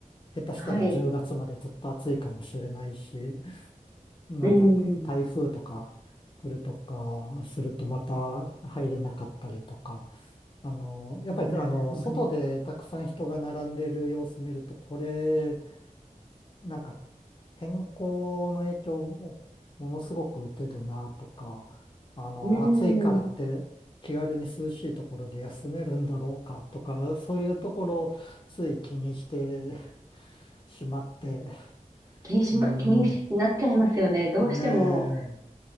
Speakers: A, on the left; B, on the right.
A: 下手したら10月までずっと暑いかもしれないし、
B: はい。
A: なんか台風とか来るとかするとまた入れなかったりとか、
B: うん。
A: あの、やっぱりあの、
B: なるほど。
A: 外でたくさん人が並んでる様子見ると、これ、なんか天候の影響もものすごく受けるなとか、あの、
B: うん。
A: 暑いからって気軽に涼しいところで休めるんだろうかとか、そういうところをつい気にしてしまって、
B: 気にしま、
A: うん、
B: 気になっちゃいますよね。どうしても、
A: ねえ